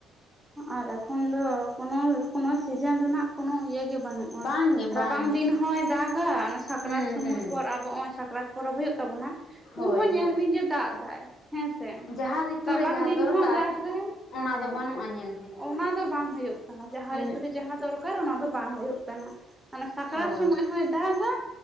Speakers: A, in the centre; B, on the left.
A: ᱟᱨ ᱮᱠᱷᱚᱱ ᱫᱚ ᱠᱳᱱᱳ ᱠᱳᱱᱳ ᱥᱤᱡᱮᱱ ᱨᱮᱱᱟᱜ ᱠᱳᱱᱳ ᱤᱭᱟ. ᱜᱮ ᱵᱟᱹᱱᱩᱜᱼᱟ
B: ᱵᱟᱝᱜᱮ
A: ᱨᱟᱵᱟᱝ
B: ᱵᱟᱝᱜᱮ
A: ᱫᱤᱱ ᱦᱚᱭ ᱫᱟᱜᱼᱟ ᱚᱱᱟ ᱥᱟᱠᱨᱟᱛ
B: ᱦᱩᱸ
A: ᱥᱚᱢᱚᱭ
B: ᱦᱩᱸ
A: ᱯᱚᱨ ᱟᱵᱚ ᱚᱭ ᱥᱟᱠᱨᱟᱛ ᱯᱚᱨᱚᱵᱽ ᱦᱳᱭᱳᱜ ᱛᱟᱵᱚᱱᱟ
B: ᱦᱳᱭ
A: ᱩᱱᱦᱚᱸ ᱧᱮᱞ
B: ᱦᱮᱸ
A: ᱵᱤᱱ ᱡᱮ ᱫᱟᱜ ᱫᱟᱭ ᱦᱮᱸᱥᱮ
B: ᱡᱟᱦᱟᱸ ᱨᱤᱛᱩ
A: ᱨᱟᱵᱟᱝ
B: ᱨᱮ ᱡᱟᱦᱟᱸ
A: ᱫᱤᱱ
B: ᱫᱚᱨᱠᱟᱨ
A: ᱦᱚᱸ ᱦᱮᱸᱫᱟᱜ ᱟᱭ
B: ᱚᱱᱟ
A: ᱦᱮᱸ
B: ᱫᱚ ᱵᱟᱹᱱᱩᱜᱼᱟ ᱧᱮᱞ ᱵᱤᱱ ᱱᱟᱦᱟᱜ
A: ᱚᱱᱟ ᱫᱚ ᱵᱟᱝ ᱦᱩᱭᱩᱜ ᱠᱟᱱᱟ ᱡᱟᱦᱟᱸ
B: ᱩᱦᱩᱸᱜ
A: ᱨᱮ ᱛᱩᱞᱩᱡ ᱡᱟᱦᱟᱸ ᱫᱚᱨᱠᱟᱨ ᱚᱱᱟ ᱫᱚ ᱵᱟᱝ ᱦᱳᱭᱳᱜ ᱠᱟᱱᱟ ᱚᱱᱟ ᱥᱟᱠᱨᱟᱛ
B: ᱦᱳᱭ
A: ᱥᱚᱢᱚᱭ ᱦᱚᱸᱭ ᱫᱟᱜᱟ